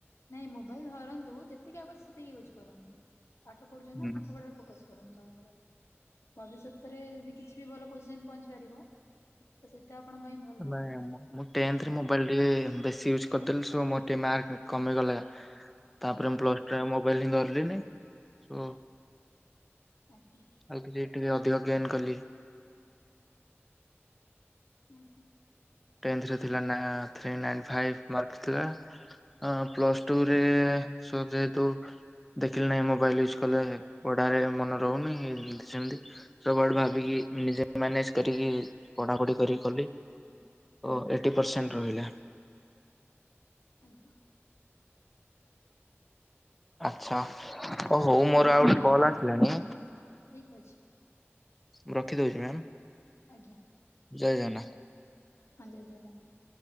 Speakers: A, on the left; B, in the centre.
A: ନାଇଁ ମୋବାଇଲ ଧରନ୍ତୁ। ଯେତିକି ଆବ ସେତିକି ୟୁଜ୍ କରନ୍ତୁ। ପାଠ ପଢୁଚନ୍ତି
B: ହୁଁ।
A: ନା ପାଠ ପଢ଼ା ଫୋକସ କରନ୍ତୁ ସବୁ ବେଳେ। ଭବିଷତରେ କିଛି ଯଦି ଭଲ ପଇସା ଇନ ପହଞ୍ଚି ପାରିବ। ତ ସେଇଟା ଆପଣ ପାଇଁ ଭଲ ହବ।
B: ନାଇଁ ଆମ ମୁଁ ଟେନ୍ଥ ରେ ମୋବାଇଲ୍ ଟେ ବେଶୀ ୟୁଜ୍ କରିଦେଲି ତ ସବୁ ମୋର ମାର୍କ କମିଗଲା। ତାପରେ
A: ଆଜ୍ଞା
B: ପ୍ଲସ ଟାଇ ମୋବାଇଲ ଧରିଲିନି ହଁ।
A: ଆଜ୍ଞା!
B: ଆଉ ଟିକେ ଏଥିରେ ଅଧିକ ଗେନ୍ କଲି।
A: ଆଞା!
B: ଟେନ୍ଥଥିଲା ନା ଥ୍ରି ନାଇନଫାଇବ ମାର୍କ ଥିଲା। ହଁ ପ୍ଲସ ଟୁ ରେ ସୋ ଯେହେତୁ ଦେଖିଲେ ନାଇଁ ମୋବାଇଲ ୟୁଜ୍ କଲେ ପଢାରେ ମନେ ରହୁନି ସେମତି। ସବୁଆଡୁ ଭାବିକି ନିଜେ ମ୍ୟାନେଜ୍ କରିକି ପଢାପଢି କରିକି କଲି। ଓ ଏଟି ପରସେଣ୍ଟ ରହିଲା।
A: ଆଜ୍ଞା!
B: ଆଚ୍ଛା, ଓ ହଉ
A: ତ
B: ମୋର
A: ଏବେ
B: ଆଉ
A: ବି
B: ଗୋଟେ କଲ ଆସିଲାଣି।
A: ଠିକ୍ ଅଛି।
B: ମୁଁ ରଖିଦେଉଛି ମ୍ୟାମ୍।
A: ଆଜ୍ଞା,
B: ଜୟ ଜଗନ୍ନାଥ।
A: ହଁ ଜଗନ୍ନାଥ।